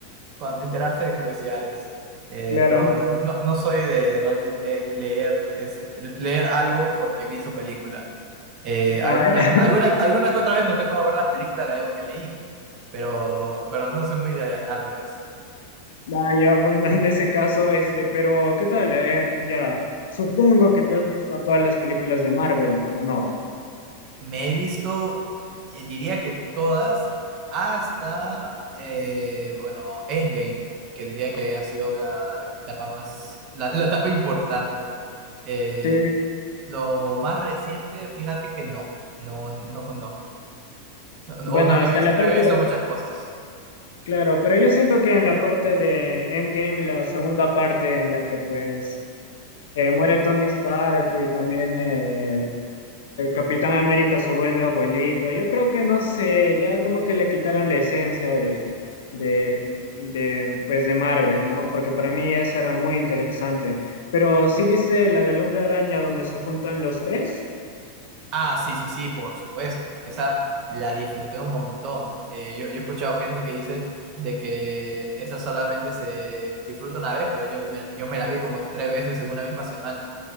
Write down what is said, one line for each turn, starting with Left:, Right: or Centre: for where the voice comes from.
Right: cuando enterarse de curiosidades. Eh,
Left: Claro,
Right: pero no, no, no soy de realmente leer, es, leer algo porque vi su película. Eh,
Left: nada,
Right: alguna, alguna, alguna que otra vez me tocó ver la película de algo que leí, pero, pero no soy muy de, al revés.
Left: nada, <laughs> ya, bueno, en ese caso, este, pero ¿qué tal? Eh, ya, supongo que te has visto todas las películas de Marvel, ¿o no?
Right: Me he visto, eh, diría que todas, hasta, eh, bueno, Endgame, que diría que ha sido la etapa más, la, la etapa importante. Eh,
Left: Sí,
Right: lo más reciente, fíjate que no, no, no conozco. No, no,
Left: bueno,
Right: o no
Left: hasta
Right: he visto,
Left: la parte,
Right: no he visto muchas cosas.
Left: claro, pero yo siento que en la parte de Endgame, la segunda parte en la que pues eh, muere Tony Stark y también eh, el Capitán América se vuelve abuelito, yo creo que no sé, ya como que le quitaron la esencia de, de, de, pues de Marvel, ¿no? Porque para mí eso era muy interesante. Pero ¿sí viste la del Hombre Araña donde se juntan los tres?
Right: Ah, sí, sí, sí, por supuesto. Esa la disfruté un montón. Eh, yo, yo he escuchado gente que dice de que esa solamente se disfruta una vez, pero yo me, yo me la vi como tres veces en una misma semana.